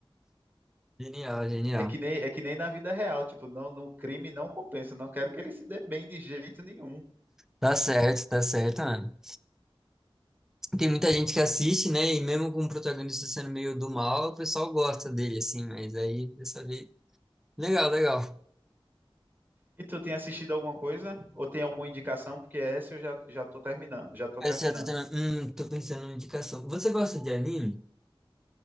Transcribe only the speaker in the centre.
Genial, genial.
Tá certo, tá certo, mano. Tem muita gente que assiste, né? E mesmo com o protagonista sendo meio do mal, o pessoal gosta dele, assim, mas aí, dessa vez. Legal, legal.
Essa
já tá tendo- Hum, tô pensando numa indicação. Você gosta de anime?